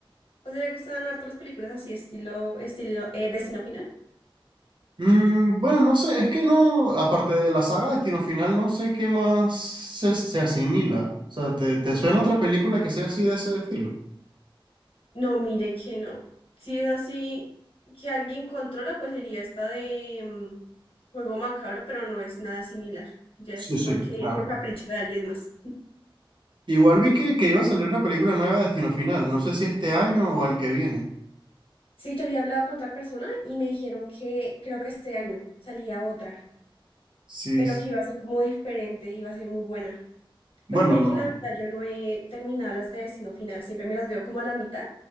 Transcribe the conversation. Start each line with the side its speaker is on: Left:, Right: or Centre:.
Left: O sea, le gustan harto las películas así, estilo, estilo, eh, Destino Final.
Right: Mm, bueno, no sé, es que no, aparte de la saga Destino Final, no sé qué más se, se asimila. O sea, ¿te, te suena otra película que sea así de ese estilo?
Left: No, mire que no. Si es así, que alguien controla, pues sería esta de mm, Juego Macabro, pero no es nada similar. Ya
Right: Sí,
Left: es
Right: sí,
Left: porque
Right: claro.
Left: por capricho de alguien más. <laughs>
Right: Igual vi que, que iba a salir una película nueva de Destino Final. No sé si este año o al que viene.
Left: Sí, yo había hablado con otra persona y me dijeron que creo que este año salía otra,
Right: Sí.
Left: pero
Right: s-
Left: que iba a ser como diferente, y iba a ser muy buena.
Right: Bueno,
Left: Pero mire
Right: no.
Left: que la verdad yo no he terminado las de Destino Final, siempre me las veo como a la mitad